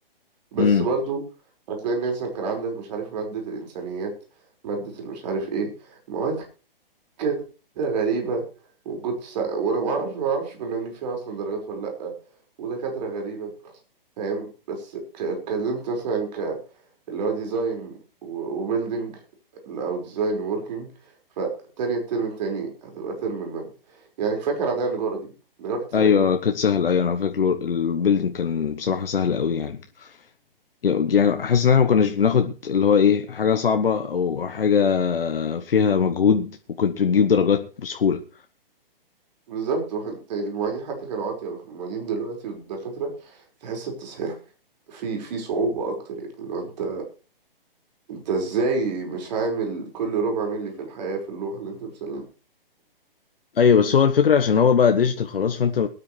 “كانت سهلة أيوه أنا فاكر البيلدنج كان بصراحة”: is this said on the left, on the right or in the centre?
Left